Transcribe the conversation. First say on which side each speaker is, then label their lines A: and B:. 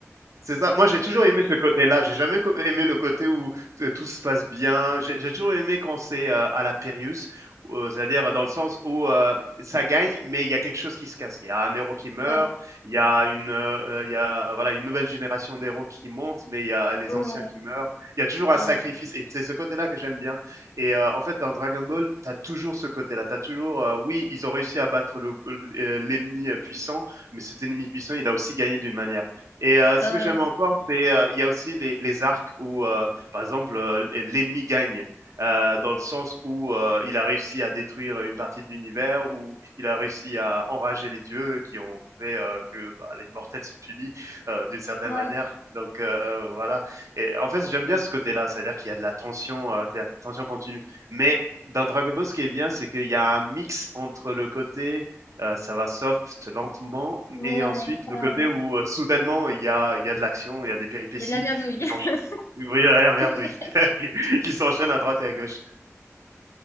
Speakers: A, on the right (about 85°); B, on the left (about 60°).
A: C'est ça. Moi, j'ai toujours aimé ce côté-là. J'ai jamais co aimé le côté où t tout se passe bien. J'ai j'ai toujours aimé quand c'est, heu, à la Périus, heu, c'est-à-dire dans le sens où, heu, ça gagne, mais il y a quelque chose qui se casse. Il y a un héros qui meurt,
B: Ouais,
A: il y a une, heu heu, il y a, voilà, une nouvelle génération d'héros qui monte, mais il y a les
B: ouais,
A: anciens qui meurent. Il y a toujours un
B: ouais,
A: sacrifice et c'est ce côté-là que j'aime bien et heu, en fait, dans Dragon Ball, t'as toujours ce côté-là. T'as toujours, heu, oui, ils ont réussi à battre le, heu, l'ennemi euh, puissant, mais cet ennemi puissant, il a aussi gagné d'une manière. Et heu,
B: ouais,
A: ce que j'aime encore, c'est, heu, il y a aussi les les arcs où, heu, par exemple, heu, l'ennemi gagne, heu, dans le sens où, heu, il a réussi à détruire une partie de l'univers, où il a réussi à enrager les dieux qui ont fait, heu, que, bah, les mortels sont punis, heu, d'une certaine
B: ouais,
A: manière. Donc heu, voilà et en fait, j'aime bien ce côté-là, c'est-à-dire qu'il y a de la tension, heu, de la tension continue. Mais dans Dragon Ball, ce qui est bien, c'est qu'il y a un mix entre le côté, euh, ça va soft, lentement,
B: ouais,
A: et ensuite
B: ouais.
A: le côté où euh, soudainement il y a, il y a de l'action, il y a des péripéties
B: Il y a de la merdouille.
A: qui s'enchaînent.
B: <laughs>
A: Oui, la merde,
B: Ouais.
A: oui. <laughs> qui s'enchaînent à droite et à gauche.